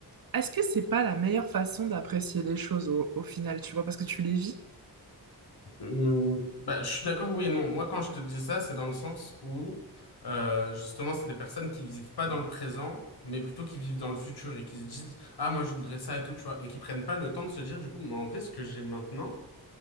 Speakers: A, on the right; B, on the left.
A: est-ce que c'est pas la meilleure façon d'apprécier les choses au, au final, tu vois, parce que tu les vis?
B: euh, bah, je suis d'accord, oui et non. Moi, quand je te dis ça, c'est dans le sens où euh, justement, c'est des personnes qui vivent pas dans le présent, mais plutôt qui vivent dans le futur et qui se disent, ah, moi, je voudrais ça et tout, tu vois, et qui prennent pas le temps de se dire, du coup, mais en vrai, ce que j'ai maintenant.